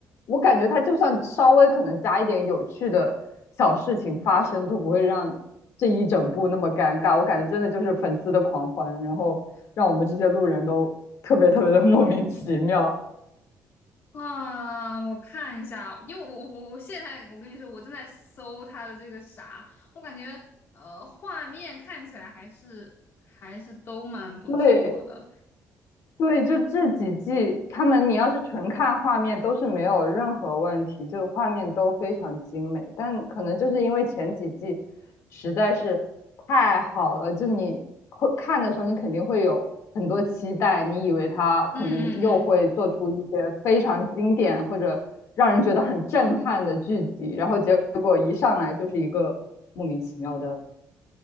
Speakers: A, on the left; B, on the left.
A: 我感觉他就算稍微可能加一点有趣的小事情发生，都不会让这一整部那么尴尬。我感觉真的就是粉丝的狂欢，然后让我们这些路人都特别特别的莫名其妙。
B: 啊！我看一下，因为我我我现在我跟你说，我正在搜他的这个啥，我感觉呃画面看起来还是还是都蛮不错的，
A: 对，对，就这几季，他们你要是纯看画面都是没有任何问题，就画面都非常精美。但可能就是因为前几季实在是太好了，就你会看的时候，你肯定会有很多期待，你以为他可能又会做出一些非常经典或者让人觉得很震撼的剧集，
B: 嗯嗯嗯。
A: 然后结果一上来就是一个莫名其妙的